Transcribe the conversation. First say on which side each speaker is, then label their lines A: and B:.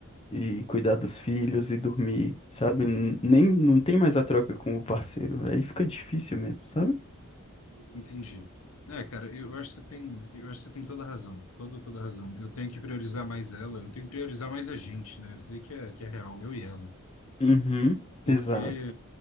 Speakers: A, on the left; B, on the left.
A: e cuidar dos filhos e dormir, sabe? N- Nem não tem mais a troca com o parceiro. Aí fica difícil mesmo, sabe?
B: Entendi. É, cara, eu acho que você tem, eu acho que você tem toda a razão, toda, toda a razão. Eu tenho que priorizar mais ela, eu tenho que priorizar mais a gente, né? Dizer que é, que é real, eu e ela.
A: Uhum,
B: Porque,
A: exato.